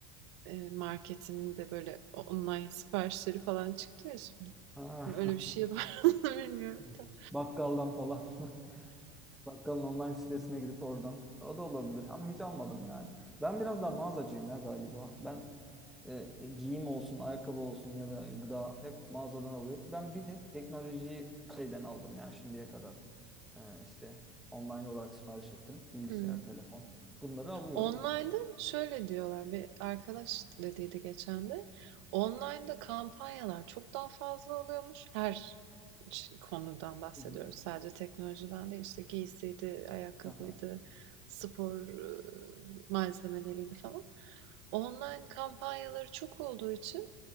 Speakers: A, on the right; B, in the centre.
A: e, marketinin de böyle online <laughs> siparişleri falan çıktı ya şimdi.
B: Ha.
A: Hani Öyle bir şey var <laughs> onu bilmiyorum
B: <laughs>
A: da.
B: Bakkaldan falan. <laughs> Bakkalın online sitesine girip oradan. O da olabilir ama hiç almadım yani. Ben biraz daha mağazacıyım ya galiba. Ben E, e, giyim olsun, ayakkabı olsun ya da gıda hep mağazadan alıyor. Ben bir tek teknolojiyi şeyden aldım yani şimdiye kadar. E, işte online olarak sipariş ettim. Bilgisayar,
A: Hı.
B: telefon. Bunları alıyorum.
A: Online'da şöyle diyorlar, bir arkadaş dediydi geçen de, online'da kampanyalar çok daha fazla oluyormuş. Her ç- konudan bahsediyoruz.
B: Hı hı.
A: Sadece teknolojiden değil, işte giysiydi, ayakkabıydı,
B: Aha.
A: spor e, malzemeleriydi falan. Online kampanyaları çok olduğu için